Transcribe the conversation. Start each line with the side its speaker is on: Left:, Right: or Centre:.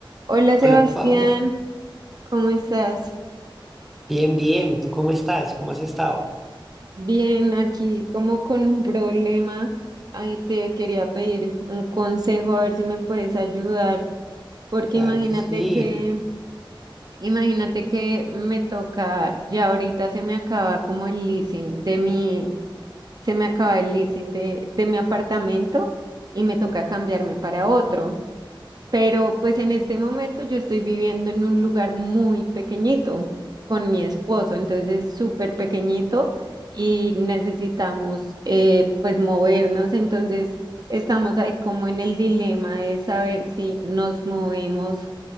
Right: Hola Sebastián,
Centre: Hola, Pau.
Right: ¿cómo estás?
Centre: Bien, bien. ¿Tú cómo estás? ¿Cómo has estado?
Right: Bien, aquí como con un problema. Ahí te quería pedir un consejo a ver si me puedes ayudar, porque
Centre: Claro
Right: imagínate
Centre: que sí.
Right: que, imagínate que me toca, ya ahorita se me acaba como el leasing de mi, se me acaba el leasing de, de mi apartamento y me toca cambiarme para otro. Pero pues en este momento yo estoy viviendo en un lugar muy pequeñito con mi esposo, entonces es súper pequeñito y necesitamos eh, pues movernos, entonces estamos ahí como en el dilema de saber si nos movemos